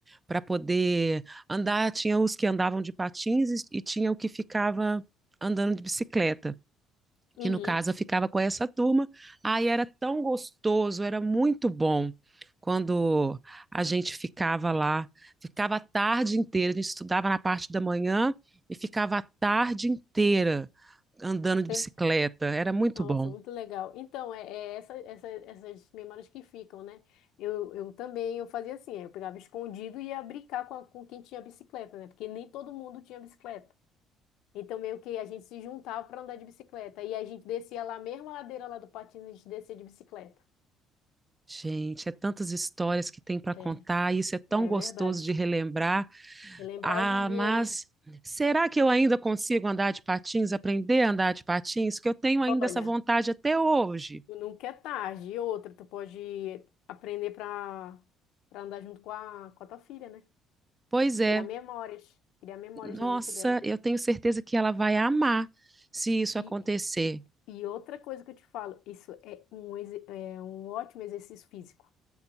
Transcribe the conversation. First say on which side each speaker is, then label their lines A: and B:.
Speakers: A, on the right; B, on the left.
A: para poder andar. Tinha os que andavam de patins e, e tinha o que ficava andando de bicicleta
B: Uhum.
A: que no caso eu ficava com essa turma. Aí era tão gostoso, era muito bom quando a gente ficava lá, ficava a tarde inteira, a gente estudava na parte da manhã e ficava a tarde inteira andando de
B: Teve-
A: bicicleta, era muito
B: Nossa,
A: bom.
B: muito legal. Então, é, é essa, essa- essas memórias que ficam, né? Eu, eu também eu fazia assim, eu pegava escondido e ia brincar com, a- com quem tinha bicicleta, né? Porque nem todo mundo tinha bicicleta. Então, meio que a gente se juntava para andar de bicicleta. E a gente descia lá, mesmo a ladeira lá do patins, a gente descia de bicicleta.
A: Gente, é tantas histórias que tem para
B: É,
A: contar, isso é tão
B: é
A: gostoso
B: verdade.
A: de relembrar.
B: Relembrar
A: Ah,
B: e viver,
A: mas
B: né?
A: será que eu ainda consigo andar de patins, aprender a andar de patins? Que eu tenho ainda
B: Olha,
A: essa vontade até hoje.
B: nunca é tarde. E outra, tu pode aprender para para andar junto com a, com a tua filha, né?
A: Pois é,
B: Criar memórias. Criar memórias
A: Nossa,
B: na mente dela.
A: eu tenho certeza que ela vai amar se isso
B: E,
A: acontecer.
B: e outra coisa que eu te falo, isso é um, exer- é um ótimo exercício físico.